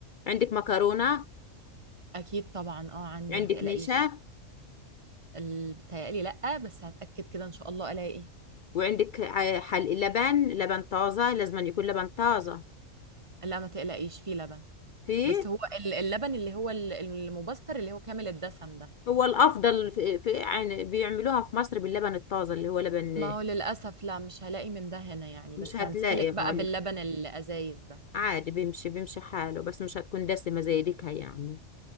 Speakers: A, on the left (about 65°); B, on the right (about 25°).
A: عندك مكرونة
B: اكيد طبعا اه عندي
A: عندك
B: ما تقلقيش
A: نشا
B: ال- بتهيألي لأ بس هتأكد كده إن شاء الله ألاقي
A: وعندك ع- حل لبن لبن طازة لازم أن يكون لبن طازة
B: لا ما تقلقيش فيه لبن
A: في
B: بس هو ال- اللبن اللي هو ال- المبستر اللي هو كامل الدسم ده
A: هو الأفضل في, في يعني بيعملوها في مصر باللبن الطازة اللي هو لبن
B: ما هو للأسف لا مش هلاقي من ده هنا يعني
A: مش
B: بس
A: هتلاقي
B: هنسلك
A: اه
B: بقى
A: لا
B: باللبن الأزايز ده
A: عادي بيمشي بيمشي حاله بس مش هتكون دسمة زي ديكها يعني